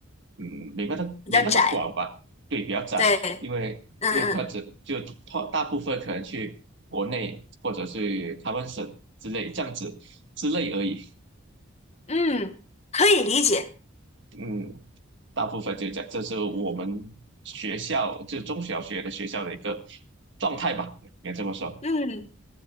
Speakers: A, on the right (about 55°); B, on the left (about 30°).
A: 嗯，没那么没那么广吧？
B: 比较窄。
A: 对，比较窄，
B: 对，
A: 因为因为他只就他大部分可能去国内或者是台湾省之类这样子之类而已。
B: 嗯嗯嗯，可以理解。
A: 嗯，大部分就这样，这是我们学校就中小学的学校的一个状态吧，应该这么说。
B: 嗯。